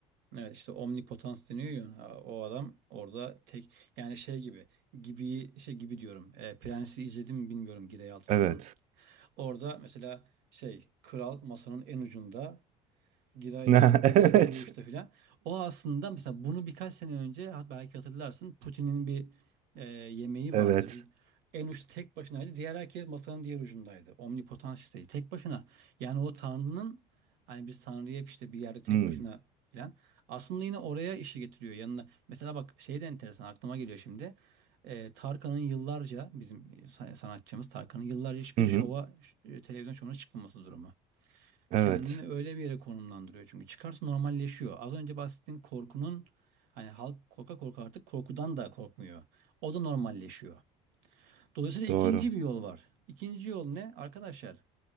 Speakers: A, on the right; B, on the right.
A: Evet işte omnipotans deniyor ya ha, o adam orada tek yani şey gibi gibi şey gibi diyorum e, Prens'i izledim mi bilmiyorum Girey Altınok'un
B: Evet.
A: orada mesela şey kral masanın en ucunda Giray'da
B: <laughs>
A: bu bu uçta
B: Evet.
A: filan. O aslında mesela bunu birkaç sene önce ha- belki hatırlarsın Putin'in bir e, yemeği
B: Evet.
A: vardı. Bir, en uçta tek başınaydı. Diğer herkes masanın diğer ucundaydı. Omnipotansiydi. Tek başına. Yani o Tanrı'nın hani biz Tanrı'yı hep işte bir yerde tek
B: Hmm.
A: başına filan. Aslında yine oraya işi getiriyor yanına. Mesela bak şey de enteresan aklıma geliyor şimdi. E, Tarkan'ın yıllarca bizim sa- sanatçımız Tarkan'ın yıllarca hiçbir
B: Hı hı.
A: şova ş- televizyon şovuna çıkmaması durumu
B: Evet.
A: kendini öyle bir yere konumlandırıyor çünkü çıkarsa normalleşiyor. Az önce bahsettiğin korkunun hani halk korka korka artık korkudan da korkmuyor. O da normalleşiyor. Dolayısıyla ikinci
B: Doğru.
A: bir yol var. İkinci yol ne? Arkadaşlar